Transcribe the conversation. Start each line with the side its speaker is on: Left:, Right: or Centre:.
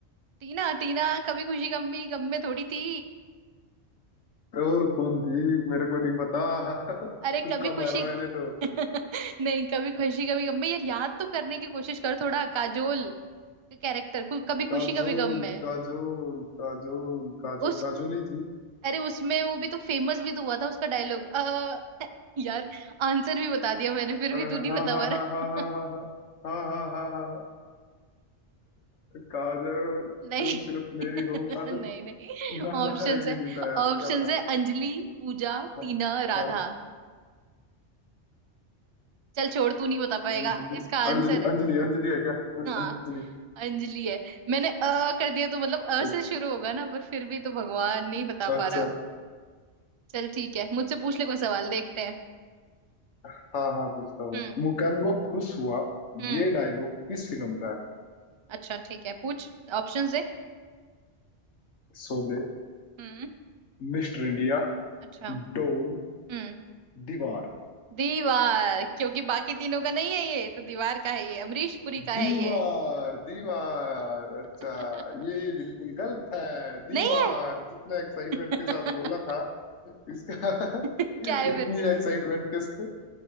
Right: टीना टीना कभी खुशी गम भी गम में थोड़ी थी
Left: और कौन थी मेरे को नहीं पता <laughs> तुक्का
Right: अरे कभी खुशी
Left: मारा मैंने
Right: <laughs>
Left: तो
Right: नहीं कभी खुशी कभी गम में यार याद तो करने की कोशिश कर थोड़ा काजोल का कैरेक्टर कभी खुशी
Left: काजोल
Right: कभी गम में
Left: काजोल काजोल काजोल
Right: उस
Left: काजोल ही थी
Right: अरे उसमें वो भी तो फेमस भी तो हुआ था उसका डायलॉग आ, यार आंसर भी बता दिया मैंने फिर
Left: अ,
Right: भी तू नहीं
Left: हाँ
Right: बता
Left: हाँ
Right: पा
Left: हाँ
Right: रहा
Left: हाँ हाँ हाँ हाँ हाँ हाँ हाँ हाँ हाँ, काजोल
Right: <laughs> नहीं
Left: तुम सिर्फ
Right: <laughs>
Left: मेरी हो काजोल
Right: नहीं नहीं
Left: ना
Right: ऑप्शंस
Left: ना ये
Right: है
Left: नहीं था यार
Right: ऑप्शंस
Left: क्या था
Right: है अंजलि पूजा
Left: हाँ
Right: टीना राधा
Left: हाँ
Right: चल छोड़ तू नहीं बता पाएगा
Left: अंजलि
Right: इसका आंसर
Left: अंजलि
Right: है
Left: अंजलि अंजलि है क्या
Right: हाँ
Left: अंजलि
Right: अंजलि है मैंने अ कर दिया तो मतलब अ
Left: अच्छा
Right: से शुरू होगा ना पर फिर भी तो भगवान नहीं बता
Left: अच्छा अच्छा
Right: पा रहा चल ठीक है मुझसे पूछ ले कोई सवाल देखते हैं
Left: हाँ हाँ पूछता हूँ
Right: हम्म
Left: मुकेम्बो खुश हुआ
Right: हम्म
Left: ये डायलॉग किस फिल्म का है
Right: अच्छा ठीक है पूछ ऑप्शंस दे
Left: Sholay
Right: हम्म
Left: Mister India
Right: अच्छा
Left: Don
Right: हम्म
Left: Deewar
Right: दीवार क्योंकि बाकी तीनों का नहीं है ये तो दीवार का है ये अमरीश पुरी का है
Left: दीवार
Right: ये
Left: दीवार अच्छा
Right: <laughs>
Left: ये बिल्कुल गलत है दीवार
Right: नहीं है
Left: जितना एक्साइटमेंट
Right: <laughs>
Left: के साथ बोला था इसका <laughs>
Right: क्या है
Left: उतनी
Right: फिर
Left: एक्साइटमेंट के साथ